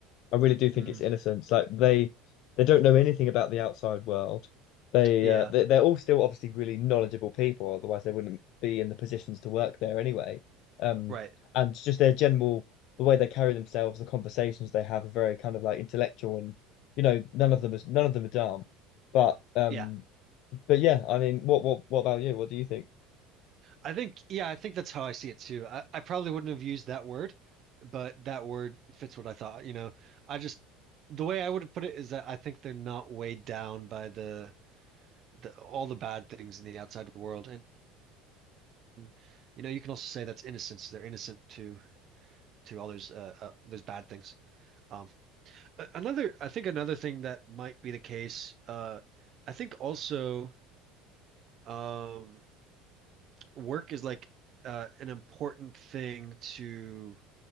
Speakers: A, on the left; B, on the right.
A: I really do think
B: Mm,
A: it's innocence. Like they they don't know anything about the outside world. They
B: yeah.
A: uh they, they're all still obviously really knowledgeable people, otherwise they wouldn't be in the positions to work there anyway. Um
B: Right.
A: and just their general the way they carry themselves, the conversations they have are very kind of like intellectual and you know, none of them is none of them are dumb. But um
B: Yeah.
A: but yeah, I mean, what what what about you? What do you think?
B: I think, yeah, I think that's how I see it too. I, I probably wouldn't have used that word, but that word fits what I thought. You know, I just the way I would have put it is that I think they're not weighed down by the the all the bad things in the outside world, and you know, you can also say that's innocence. They're innocent to to all those uh, uh those bad things. Um, a- another, I think another thing that might be the case. Uh, I think also um work is like uh an important thing to